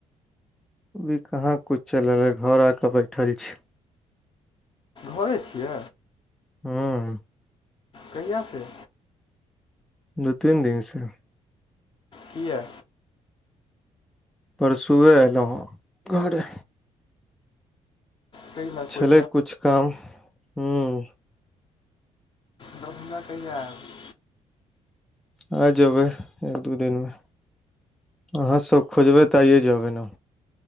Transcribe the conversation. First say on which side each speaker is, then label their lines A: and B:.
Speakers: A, in the centre; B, on the left (about 40°).
A: अभी कहा कुछ चल रह घर आ क बैठल छी
B: घरे स य
A: <inaudible>
B: कहिया सँ
A: दू तीन दिन सँ
B: किया
A: परसुए एलै ह घरे
B: कै लए
A: छले
B: कोइ
A: कुछ काम हूँ
B: दरभंगा कहिया ऐब
A: आ जेबै एक दू दिन म अहाँ सब खोजबै तऽ आऐ जेबै न